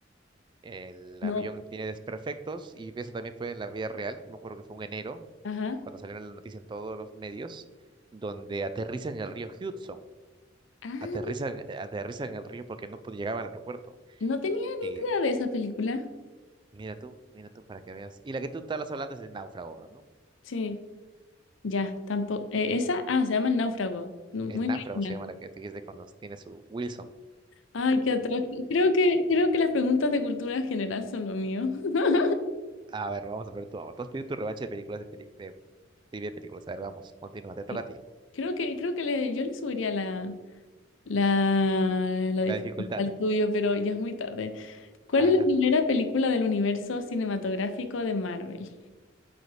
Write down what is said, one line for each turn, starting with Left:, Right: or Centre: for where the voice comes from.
Right: El
Left: No,
Right: avión tiene desperfectos y eso también fue en la vida real. Me acuerdo que fue en enero,
Left: ajá.
Right: cuando salieron la noticia en todos los medios, donde aterrizan en el río Hudson.
Left: Ah,
Right: Aterrizan, aterrizan en el río porque no pod- llegaban al aeropuerto.
Left: no tenía ni
Right: Sí,
Left: idea de esa película.
Right: mira tú, mira tú para que veas. Y la que tú estabas hablando es el náufrago, ¿no?
Left: Sí, ya, tampoco. eh, esa, ah, se llama El Náufrago. No,
Right: El
Left: Muy
Right: náufrago
Left: original.
Right: se llama la que tú dijiste cuando tiene su Wilson.
Left: Ay, qué atroz. Creo que, creo que las preguntas de cultura general son lo mío. <laughs>
Right: A ver, vamos a ver tú. Tú has pedido tu revancha de películas de, peli- de trivia de películas. A ver, vamos, continúa, te toca
Left: Sí.
Right: a ti.
Left: Creo que, creo que le- yo le subiría la, la, la
Right: La
Left: dificultad
Right: dificultad.
Left: al tuyo, pero ya es muy tarde. ¿Cuál
Right: A
Left: es
Right: ver.
Left: la primera película del universo cinematográfico de Marvel?